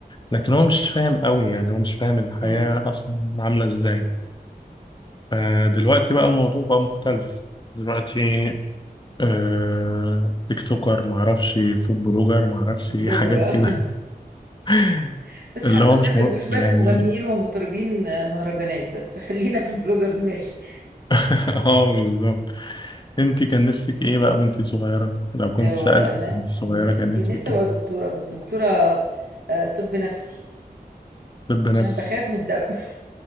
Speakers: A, on the left (about 30°); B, on the right (about 75°).
A: لكن هو مش فاهم قوي يعني هو مش فاهم الحياة
B: امم
A: اصلا عاملة ازاي فدلوقتي بقى الموضوع بقى مختلف دلوقتي آه، تيك توكر ما اعرفش فود بلوجر ما اعرفش
B: بلوجر
A: حاجات
B: آه.
A: كده <laughs>
B: <laughs> بس
A: اللي
B: الحمد
A: هو
B: لله
A: مش
B: ما
A: مر...
B: يبقوش بس
A: يعني
B: مغنيين ومطربين آه، مهرجانات بس خلينا في البلوجرز ماشي
A: <laughs> اه بالظبط انت كان نفسك ايه بقى وانت صغيرة لو كنت
B: لو
A: سألتك
B: انا
A: وانت صغيرة
B: نفسي
A: كان نفسك
B: كان نفسي ابقى
A: ايه
B: دكتوره بس دكتوره آه، طب نفسي
A: طب نفسي
B: عشان أنا بخاف من الدم <laughs> ما